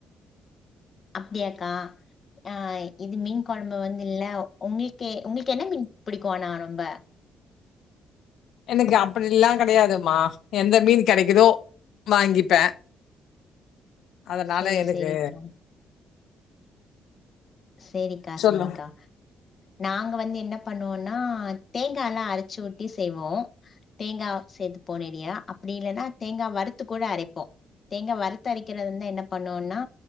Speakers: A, on the left; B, on the left.
A: அப்டியாக்கா ஆ இது மீன் கொழம்பு வந்து இல்ல உங்ளுக்கு உங்ளுக்கு என்ன மீன் பிடிக்கு ஆனா ரொம்ப
B: எனக்கு அப்டில்லா கெடையாதுமா எந்த மீன் கெடைக்குதோ வாங்கிப்பே அதனால
A: சேரி
B: எனக்கு
A: சேரிக்கா செரிக்கா
B: சொல்லு
A: செரிக்கா நாங்க வந்து என்ன பண்ணுவோனா தேங் காலா அர ச்சூட்டி செய்வோ தேங்கா சேத்து போனேடியா அப்டி இல்லன்னா தேங்கா வறுத்து கூட அரைப்போ தேங்கா வறுத்து அரைக்கிறது வந்து என்ன பண்ணுவோனா